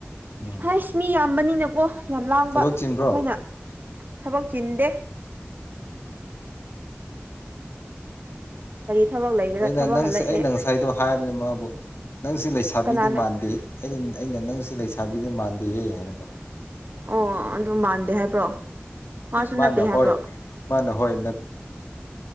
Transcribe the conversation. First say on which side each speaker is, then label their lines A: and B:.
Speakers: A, on the left; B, on the right.
A: ꯎꯝ
B: ꯍꯁ ꯃꯤ ꯌꯥꯝꯕꯅꯤꯅꯀꯣ ꯌꯥꯝ ꯂꯥꯡꯕ
A: ꯊꯕꯛ ꯆꯤꯟꯕ꯭ꯔꯣ
B: ꯑꯩꯈꯣꯏꯅ ꯊꯕꯛ ꯆꯤꯟꯗꯦ ꯀꯔꯤ ꯊꯕꯛ ꯂꯩꯒꯦꯔꯥ
A: ꯑꯩꯅ
B: ꯊꯕꯛ
A: ꯅꯪꯁꯦ
B: ꯍꯜꯂꯛꯑꯦ
A: ꯑꯩꯅ ꯉꯁꯥꯏꯗꯣ ꯍꯥꯏꯕꯅꯤꯅ ꯃꯥꯕꯨ ꯅꯪꯁꯦ ꯂꯩꯁꯥꯕꯤꯗꯤ
B: ꯀꯅꯥꯅꯣ
A: ꯃꯥꯟꯗꯦ ꯑꯩꯅ ꯑꯩꯅ ꯅꯪꯁꯨ ꯂꯩꯁꯥꯕꯤꯗꯤ ꯃꯥꯟꯗꯦꯍꯦ ꯍꯥꯏꯔꯒ
B: ꯑꯣ ꯑꯗꯨ ꯃꯥꯟꯗꯦ ꯍꯥꯏꯕ꯭ꯔꯣ ꯃꯥꯁꯨ ꯅꯠꯇꯦ
A: ꯃꯥꯅ
B: ꯍꯥꯏꯕ꯭ꯔꯣ
A: ꯍꯣꯏ ꯃꯥꯅ ꯍꯣꯏ